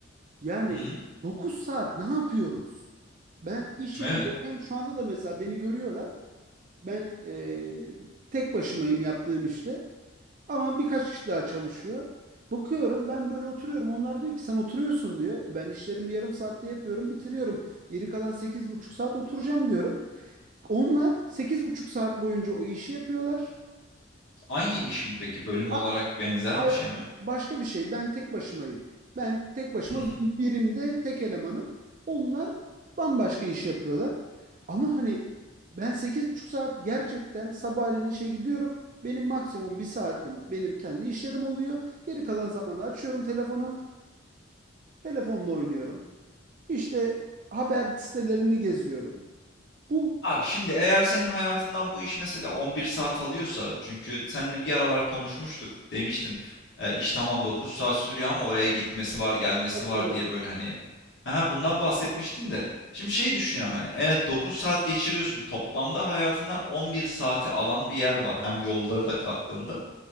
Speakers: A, on the right (about 40°); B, on the left (about 60°).
A: Yani
B: Hı hı,
A: 9 saat ne yapıyoruz? Ben iş yerindeyken
B: evet.
A: şu anda da mesela beni görüyorlar. Ben e, tek başımayım yaptığım işte. Ama birkaç kişi daha çalışıyor. Bakıyorum ben böyle oturuyorum. Onlar diyor ki sen oturuyorsun diyor. E ben işlerimi yarım saatte yapıyorum, bitiriyorum. Geri kalan sekiz buçuk saat oturacağım diyorum. Onlar sekiz buçuk saat boyunca o işi yapıyorlar.
B: Aynı iş mi peki? Bölüm
A: A-
B: olarak benzer
A: Hayır,
B: bir şey mi?
A: başka bir şey. Ben tek başımayım. Ben tek başıma
B: Hı hı.
A: bir birimde tek elemanım. Onlar bambaşka iş yapıyorlar. Ama hani ben sekiz buçuk saat gerçekten sabahleyin işe gidiyorum. Benim maksimum bir saatim benim kendi işlerim oluyor. Geri kalan zamanda açıyorum telefonu. Telefonla oynuyorum. İşte haber sitelerini geziyorum. Bu
B: Abi şimdi eğer senin hayatından bu iş mesela 11 saat alıyorsa çünkü seninle bir aralar konuşmuştuk demiştin e, iş tamam 9 saat sürüyor ama oraya gitmesi var gelmesi
A: tabii
B: var
A: tabii.
B: diye böyle hani ha bundan bahsetmiştin de şimdi şey düşünüyorum hani evet 9 saat geçiriyorsun toplamda hayatından 11 saati alan bir yer var hem yolları da kattığında